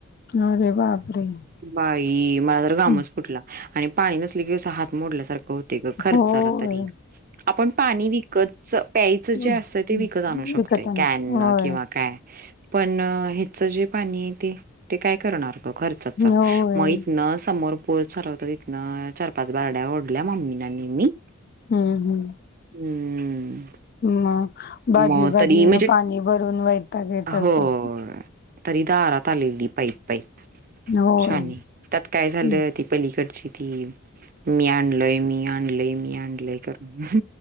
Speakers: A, on the left (about 45°); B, on the right (about 40°).
A: अरे बापरे.
B: बाई मला तर घामच
A: हं.
B: फुटला, आणि पाणी नसल की हात मोडल्यासारख. होतय ग खर्चाला
A: होय
B: तरी. आपण पाणी विकतच, प्यायच
A: हं,
B: जे असतय ते
A: हं.
B: विकत आणू शकतोय.
A: विकत आण
B: कॅन
A: होय
B: न किंवा काय, पण हिच जे पाणी आहे ते, ते काय करणार. खर्चाचा,
A: होय
B: मग इथन समोर बोर चालू होत तिथन, चार पाच बाल्ड्या ओढल्या मम्मीना आणि मी.
A: हम्म हम्म.
B: हम्म.
A: मग, बादली
B: मग
A: बादली
B: तरी म्हणजे
A: न पा पाणी भरून वैताग येत
B: होय.
A: असेल.
B: तरी दारात आलेली पाईप पाईप
A: होय,
B: शानी
A: हम्.
B: त्यात काय झालं ती पलीकडची ती, मी आणलोय, मी आणलय, मी आणलय करत